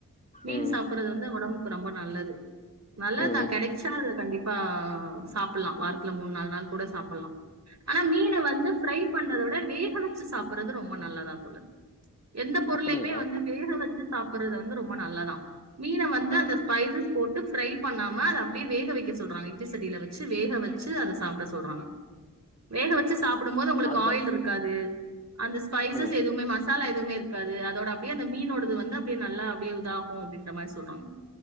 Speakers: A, on the right; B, on the left.
A: மீன்
B: ம்
A: சாப்பிடுறது வந்து உடம்புக்கு ரொம்ப நல்லது நல்லது
B: ம்
A: தான் கிடைச்சா அத கண்டிப்பா அப்ப சாப்பிடலாம் வார மூணு நாள் நாள் கூட சாப்பிடலாம் ஆனா மீனை வந்து ஃபிரை பண்றத விட வேக வச்சு சாப்பிடுறது ரொம்ப நல்ல நல்லாதான் சொல்றேன் எந்த பொருளையுமே
B: அப்டிங்களா
A: வந்து வேக வச்சு சாப்பிடுறது வந்து ரொம்ப நல்லதான் மீனை வந்து
B: ஆ
A: அந்த
B: ஆ
A: ஸ்பைசஸ் போட்டு ஃப்ரை பண்ணாம அதை அப்படியே வேக வைக்க சொல்றா இட்லிச்சட்டியில வச்சு வேக வை வ அதை சாப்பிட சொல்றாங்க வேக வச்சு சாப்பிடும் போோது <unintelligible> உங்களுக்கு
B: அதுக்கப்
A: ஆயில் இருக்காது அந்த ஸ்பைசஸ்
B: ம்
A: எதுவுமே மசாலா எதுவுவும் இருக்காது அதோட அப்படியே அந்த மீனோடது வந்து அப்படியே நல்லா அப்படியே இதாகும் அப்படின்ற மாதிரி சொல்றாங்க